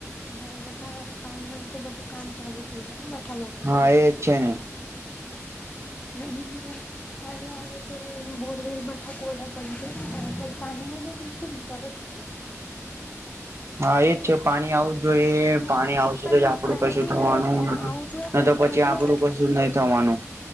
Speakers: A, on the left; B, on the right.
A: અને બધા પાણી હ તો બધું કામ ચાલુ. થઈ જાય બધા લોકોનું.
B: હા એજ છે ને
A: એ પાણી આવે તો બોરવેલ બઠા કોરડા પડીજાય છે પાણીની ખૂબ અછત છે
B: હા એ પ પાણી આવવું જોઈએ
A: હા
B: પાણી આવશે
A: પણ
B: તો જ આપડું
A: પાણી
B: કશું
A: બી
B: થવાનું
A: ના આવવું જોઈએ
B: ન
A: પણ
B: તો પછી
A: એટલો
B: આપડું કશું. નહી થવાનું